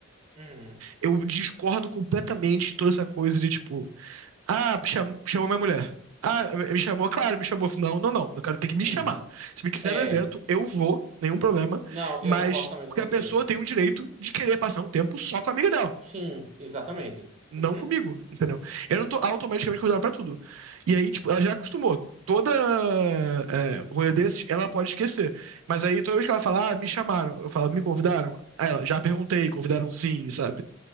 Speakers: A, on the right; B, on the right.
A: Uhum.
B: Eu discordo completamente de toda essa coisa de, tipo, ah, cham- chamou minha mulher. Ah, me chamou, claro, me chamou. Não, não, não. Eu quero ter que me
A: Hum.
B: chamar. Se me quiser
A: É,
B: no evento, eu vou, nenhum problema.
A: não,
B: Mas
A: eu concordo também com
B: porque
A: você.
B: a pessoa tem o direito de querer passar um tempo só com a amiga dela
A: Sim, exatamente.
B: não
A: Uhum.
B: comigo, entendeu? Eu não tô automaticamente convidado pra tudo. E aí, tipo, ela já acostumou. Toda é, rolê desses, ela pode esquecer. Mas aí, toda vez que ela fala, ah, me chamaram, eu falo, me convidaram? Aí ela, já perguntei, convidaram sim, sabe?